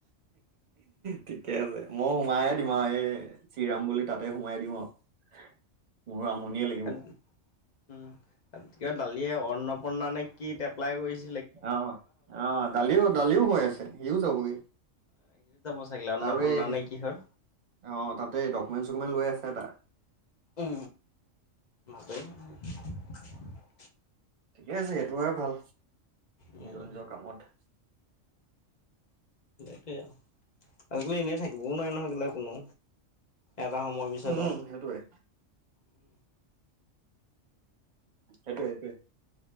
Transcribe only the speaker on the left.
অ উম ক দালিয়ে অন্নপূৰ্ণা নে কি এপ্লাই কৰিছে
সি যাব চাগিলে অন্নপূৰ্ণা
নে কিহত।
এ, মাতে শুনা <unintelligible>
উম,
একেই আও। আজি এনে থাকিবও নোৱাৰে নহয় <unintelligible> কোনো এটা সময়ৰ পিছত
আও
উম